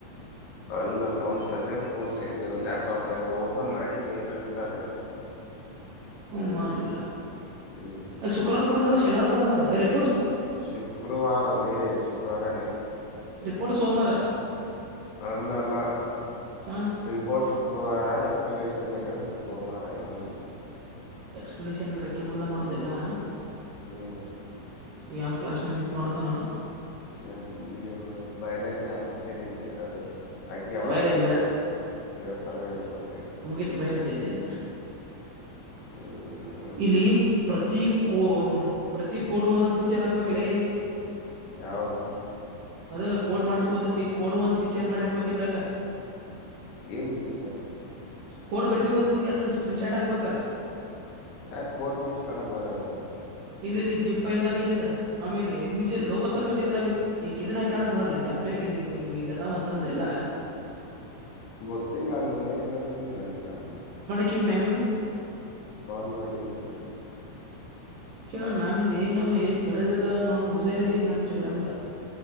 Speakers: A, on the left; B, on the right.
A: ಅಲ್ಲಲ್ಲ ಒಂದ ಸಜೆನ್ ಫೋನ್ ಇದು ಲ್ಯಾಪ್ಟಾಪ್ನಂಗ ಓಪನ್ ಮಾಡಿದ್ರಿ ಹಾಗಿರೋದ
B: <unintelligible> ಹ್ಮ ಮಾಡ್ಲಿಲ್ಲ
A: ಹ್ಮ್
B: ಶುಕ್ರವಾರ ಕೊಡಂದಾಳು ಶನಿವಾರ ಕೊಡಂದಾಳುರೆ
A: ಶುಕ್ರವಾರ ಲೆ ಶುಕ್ರವಾರನೇ
B: ರಿಪೋರ್ಟ್ ಸೋಮವಾರ
A: ಅಲ್ಲ ಅಲ್ಲ
B: ಹಾ
A: ರಿಪೋರ್ಟ್ ಶು ಶುಕ್ರವಾರ ಎಕ್ಸನೇಷನ್ ಬೇಕಾದ್ರೆ ಸೋಮವಾರ ಏನಂದಲಿ
B: ಎಕ್ಸ್ಪನೇಷನ್ ಬಿಡಕ ಮುಂದೆ ಮಾಡೋದೆಲ್ಲಾ
A: ಹ್ಮ್.
B: ಯಾ ಕ್ಲಾಸ್ನಾಗ ನಿಂತು ಮಾಡ್ತಾನ.
A: ಹ ಡಿ ಒಮ್ಮೆ ಸು ಬೈಲಾಜಿ ಅರ್ಧಕ್ಕೆ ನಿಂತೇತೆ ಅದು. ಅಕಿ ಆವಾಗ
B: ಬಯಾಲಜಿ
A: ಕೇಳ್ತಳೋ ಏನೋ ಗೊತ್ತ
B: ಮುಗಿತು ಬಯಲ ಜ್ದಿನ
A: ಹ್ಮ್
B: ಇಲ್ಲಿ ಪ್ರತಿ ಕೋ ಪ್ರತಿ ಕೋಡು ಒಂದೊಂದು ಪಿಕ್ಚರ್ ಹಾಕ್ಬೇಲೆ
A: ಯಾವುದು
B: ಅದ ಕೋಡ್ ಮಾಡ್ತಗೋತೇತಿ ಕೋಡ್ ಒಂದ್ ಪಿಕ್ಚರ್ ಮಾಡಿ ಹಾಕ್ಬೇಕಿದ್ರಗ
A: ಏನ್ ಪಿಕ್ಚರ್
B: ಕೋಡ್ ಬರಿತಿಗೋದೈತಿ ಅದನ್ನ ಸ್ಕ್ರೀನ್ ಶಾಟ್ ಹಾಕ್ಬೇಕಾ
A: ಯ ಕೋರ್ಟ್ ಪೀಸ್ ಮಾಡಕ್ ಬರಲ್ಲ
B: ಇಲ್ಲಿ ಇಲ್ಲಿ ಜಿಪಲ್ದಾಗೖತ ಆಮೇಲೆ ಮಿಜರ್ ಲೋಗೋ ಸಕಟ್ಟ ಇದ್ರ ಆಗೈತಿ ಈ ಕಿದಿನಾಕಿಡ ನೋಡ್ಲಿ ಟೆಂಪ್ಲೇಟ್ ಟಿಂಗ್ ಇದೆ ಇ ಇಲ್ಲದಾವ ಒಂತಂದ ಎಲ್ಲ
A: ಗೊತ್ತಿಲ್ಲ ನೋಡೇ ಇಲ್ಲ ನನಗಿಡಪ್ಪ
B: ಕೀ ಮಾಮ್ಗೆ.
A: ಕಾಲ್ ಮಾಡಿ ಏನ ಕೇಳಿ.
B: ಕೇಳ ಮ್ಯಾಮ ಏನು ಏನು ತಿಳಿದಿಲ್ಲ ನ ಅವನು ಉಸೇಗೆ ಏನಂದ ಇಲ್ಲಾಂದ್ರ.